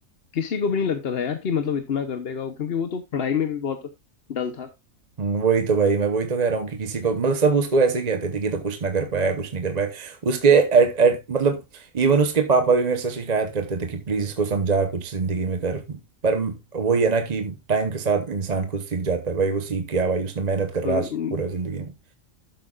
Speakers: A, on the left (about 50°); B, on the right (about 35°).
A: किसी को भी नहीं लगता था यार कि मतलब इतना कर देगा वो क्योंकि वो तो पढ़ाई में भी बहुत डल था
B: हम्म, वही तो भाई मैं वही तो कह रहा हूँ कि किसी को मतलब सब उसको ऐसे ही कहते थे कि ये तो कुछ ना कर पाया कुछ नहीं कर पाया उसके एट एट मतलब इवन उसके पापा भी मेरे से शिकायत करते थे कि प्लीज इसको समझा कुछ जिंदगी में कर पर म- वही है ना कि टाइम के साथ इंसान खुद सीख जाता है भाई वो सीख गया भाई उसने मेहनत कर रहा
A: हम्म
B: है आज पूरा जिंदगी में